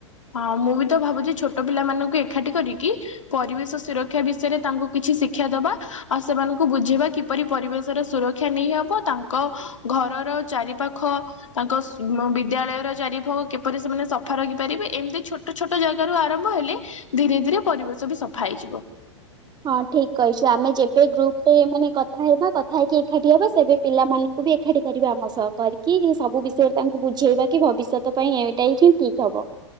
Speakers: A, on the left; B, on the right.
A: ହଁ ମୁଁ ବି ତ ଭାବୁଚି ଛୋଟ ପିଲାମାନଙ୍କୁ ଏଖାଟି କରିକି ପରିବେଶ ସୁରକ୍ଷା ବିଷୟରେ ତାଙ୍କୁ କିଛି ଶିକ୍ଷା ଦବା ଆଉ ସେମାନଙ୍କୁ ବୁଝେଇବା କି ପରି ପରିବେଶର ସୁରକ୍ଷା ନେଇହବ ତାଙ୍କ ଘରର ଚାରିପାଖ ତାଙ୍କ <unintelligible> ବିଦ୍ୟାଳୟର ଚାରି ଫୋଗ କିପରି ସେମାନେ ସଫା ରଖିପାରିବେ ଏମତି ଛୋଟ ଛୋଟ ଜାଗା ରୁ ଆରମ୍ଭ ହେଲେ ଧୀରେ ଧୀରେ ପରିବେଶ ବି ସଫା ହେଇଯିବ।
B: ହଁ ଠିକ୍ କହିଛୁ ଆମେ ଯେବେ ଗ୍ରୁପ ରେ ମାନେ କଥା ହେବୁ କଥା ହେଇକି ଏଖାଟି ହବା ସେବେ ପିଲାମାନୁଙ୍କୁ ବି ଏଖାଟି କରିବା ଆମ ସହ କରିକି ସବୁ ବିଷୟରେ ତାଙ୍କୁ ବୁଝେଇବା କି ଭବିଷ୍ୟତ ପାଇଁ ଏଇଟା ହିଁ ଠିକ୍। ଠିକ୍ ହବ।